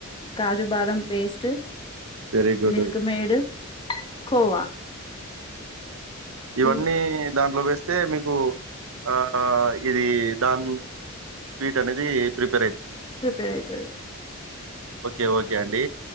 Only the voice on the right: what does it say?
very good
ఇవన్నీ
దాంట్లో వేస్తే మీకు ఆ ఇది దాన్ స్వీట్ అనేది ప్రిప
ఓకే ఓకే అండి